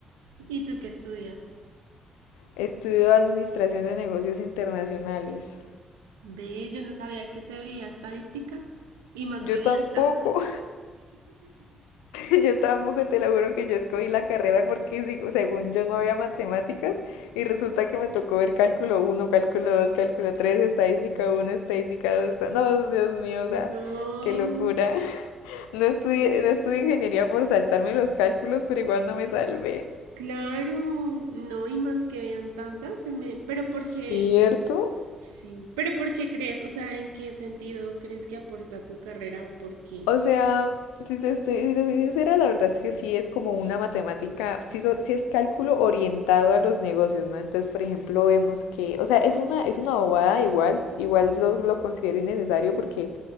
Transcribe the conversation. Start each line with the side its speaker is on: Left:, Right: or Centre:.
Right: ¿Y tú qué estudias?
Left: Estudio Administración de Negocios Internacionales.
Right: Ve, yo no sabía que se veía estadística. Y más
Left: Yo
Right: que veían
Left: tampoco,
Right: tantas.
Left: <laughs> yo tampoco te lo juro que yo escogí la carrera porque si- según yo no había matemáticas y resulta que me tocó ver cálculo uno cálculo dos cálculo tres estadística uno estadística dos No, Dios mío, o sea,
Right: No,
Left: qué locura. No estudié, no estudié ingeniería por saltarme los cálculos, pero igual no me salvé.
Right: claro, no, y más que vean tantas, se me... Pero porque,
Left: ¿Cierto?
Right: sí, pero ¿por qué crees? O sea, ¿en qué sentido crees que aporta tu carrera o por qué?
Left: O sea, si te estoy, si te soy sincera, la verdad es que sí es como una matemática, sí, so- sí es cálculo orientado a los negocios, ¿no? Entonces, por ejemplo, vemos que, o sea, es una, es una bobada igual, igual lo, lo considero innecesario porque,